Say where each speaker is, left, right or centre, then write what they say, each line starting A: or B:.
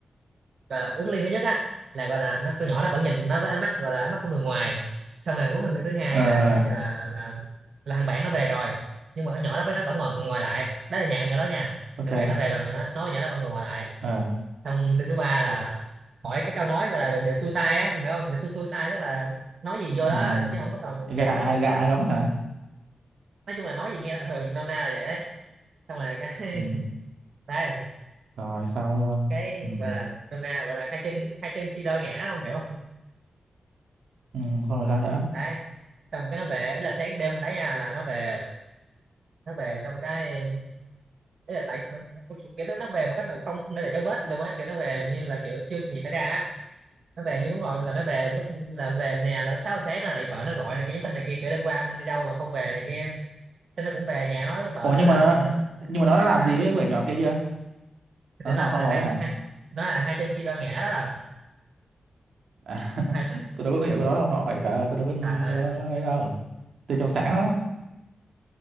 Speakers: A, on the right; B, on the right.
A: gọi là uống ly thứ nhất á là gọi là nó con nhỏ nó vẫn nhìn nó với ánh mắt gọi là ánh mắt của người ngoài xong rồi uống thêm ly thứ hai
B: ờ
A: là
B: ờ,
A: cái là là, là là thằng bạn nó về rồi nhưng mà cái nhỏ đó với nó vẫn ngồi ngồi lại đó là nhà con nhỏ đó nha
B: ok.
A: thằng bạn nó về rồi mà nhỏ nói nhỏ đó vẫn còn ngồi lại
B: Ờ
A: xong ly thứ ba là hỏi cái câu nói gọi là đều, đều xuôi tai á không hiểu không đều xuôi xuôi tai tức là nói gì vô
B: à
A: đó chứ không có cần
B: gạ
A: không có
B: gạ
A: lọc
B: lắm hả?
A: nói chung là nói gì nghe là ừ, nôm na là vậy đấy xong rồi cái
B: Ừ.
A: <laughs> đấy
B: Rồi xong luôn.
A: cái
B: Ừ.
A: gọi là nôm na gọi là hai chân hai chân chia đôi ngã không hiểu không
B: Ừ, xong rồi sao nữa?
A: đấy xong cái nó về ý là sáng đêm mình đá nha là nó về nó về xong cái ý là tại kiểu nó nó về một cách mà không không để lại dấu vết gì luôn á kiểu nó về như là kiểu chưa gì xảy ra á nó về như đúng rồi luôn là nó về lúc là về nè là lúc sáu giờ sáng là lại vợ nó gọi này kia nhắn tin này kia kiểu đêm qua anh đi đâu mà không về này kia thế nó cũng về nhà nói với vợ
B: Ủa
A: nó
B: nhưng
A: là
B: mà nó nhưng mà nó đã làm
A: sao?
B: gì với cái quyển nhỏ kia chưa? Nó
A: thì nó
B: làm
A: ông
B: xong
A: là
B: rồi
A: hai,
B: ấy hả?
A: hai nói là hai chân chia đôi ngã đó
B: À, <laughs>
A: hai
B: tôi đâu có hiểu cái đó đâu nội. Trời ơi, tôi đâu có nhìn
A: trời ơi
B: đâu có ấy đâu. Tôi trong sáng lắm.